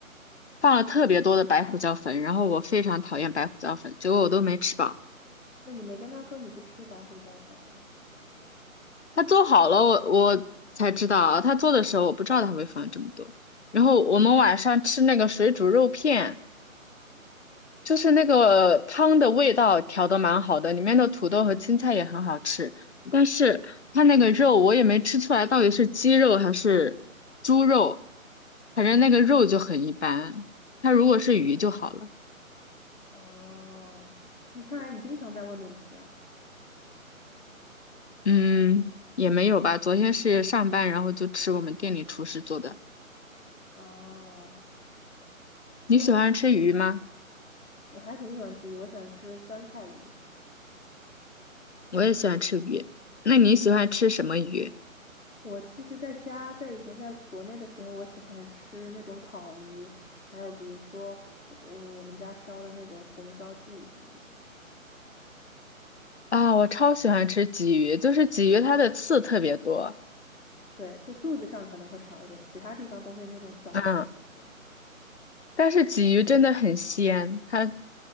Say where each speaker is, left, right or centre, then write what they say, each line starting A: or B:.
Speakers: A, on the left (about 50°); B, on the left (about 70°).
A: 放了特别多的白胡椒粉，然后我非常讨厌白胡椒粉，结果我都没吃饱。
B: 那你没跟他说你不吃白胡椒粉吗？
A: 他做好了，我我才知道啊他做的时候我不知道他会放这么多。然后我们晚上吃那个水煮肉片。就是那个汤的味道调的蛮好的，里面的土豆和青菜也很好吃，但是它那个肉我也没吃出来到底是鸡肉还是猪肉，反正那个肉就很一般。它如果是鱼就好了，
B: 哦，那看来你经常在外面吃啊。
A: 嗯，也没有吧。昨天是上班，然后就吃我们店里厨师做的。
B: 哦
A: 你喜欢吃鱼吗？
B: 就我还挺喜欢吃鱼，我喜欢吃酸菜鱼。
A: 我也喜欢吃鱼。那你喜欢吃什么鱼？
B: 我其实在家，在以前在国内的时候，我喜欢吃那种烤鱼，还有比如说我我们家烧的那种红烧鲫鱼，
A: 啊，我超喜欢吃鲫鱼，就是鲫鱼它的刺特别多。
B: 对，就肚子上可能会少一点，其他地方都会那种小刺多。
A: 嗯。但是鲫鱼真的很鲜，它